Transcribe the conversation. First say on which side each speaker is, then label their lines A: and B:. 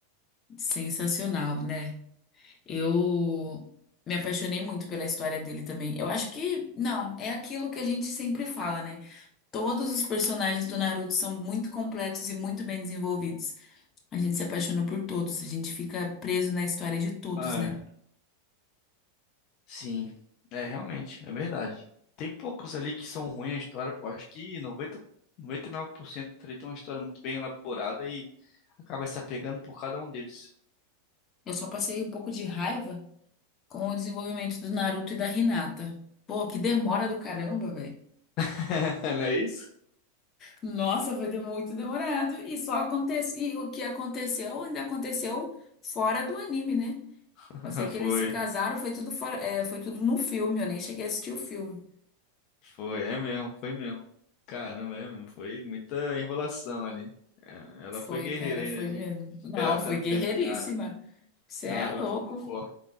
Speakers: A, on the left; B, on the left.
A: sensacional, né? Eu me apaixonei muito pela história dele também. Eu acho que, não, é aquilo que a gente sempre fala, né? Todos os personagens do Naruto são muito completos e muito bem desenvolvidos. A gente se apaixona por todos, a gente fica preso na história de todos,
B: Ah,
A: né?
B: Sim, é realmente, é verdade. Tem poucos ali que são ruins a história, pô. Acho que noventa noventa e nove por cento ali tem uma história muito bem elaborada e acaba se apegando por cada um deles.
A: Eu só passei um pouco de raiva com o desenvolvimento do Naruto e da Hinata. Pô, que demora do caramba,
B: <laughs> Não é isso?
A: Nossa, foi de- muito demorado. E só aconteceu. E o que aconteceu ainda aconteceu fora do anime, né?
B: <laughs>
A: Eu sei que
B: Foi,
A: eles se casaram, foi tudo fora, é, foi tudo no filme, eu nem cheguei a assistir o filme.
B: foi, é mesmo, foi mesmo. Caramba, é mesmo, foi muita enrolação ali. É, Ela
A: Foi,
B: foi guerreira
A: cara,
B: ainda
A: foi
B: de
A: mesmo.
B: esperar
A: Não, foi
B: tanto
A: guerreiríssima.
B: tempo na
A: Você
B: Naruto
A: é louco.
B: Bocó.